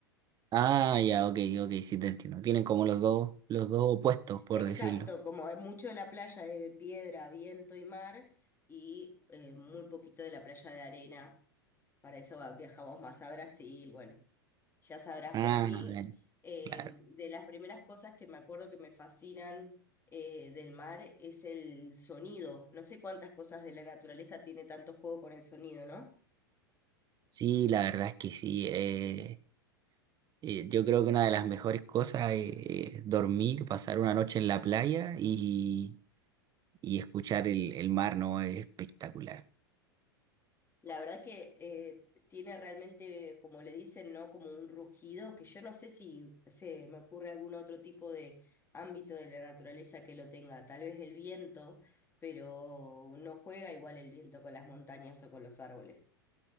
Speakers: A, on the right; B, on the left.
A: Ah, ya, ok, ok, sí te entiendo. Tienen como los dos, los dos opuestos, por
B: Exacto,
A: decirlo.
B: como hay mucho de la playa de piedra, viento y mar, y eh, muy poquito de la playa de arena. Para eso va- viajamos más a Brasil, bueno, ya sabrás,
A: Ah,
B: pero a mí
A: eh,
B: eh,
A: claro.
B: de las primeras cosas que me acuerdo que me fascinan eh, del mar es el sonido. No sé cuántas cosas de la naturaleza tiene tanto juego con el sonido, ¿no?
A: Sí, la verdad es que sí. eh, eh, yo creo que una de las mejores cosas es, es dormir, pasar una noche en la playa y, y escuchar el, el mar, ¿no? Es espectacular.
B: La verdad que eh, tiene realmente, como le dicen, ¿no? Como un rugido que yo no sé si se me ocurre algún otro tipo de ámbito de la naturaleza que lo tenga. Tal vez el viento, pero no juega igual el viento con las montañas o con los árboles.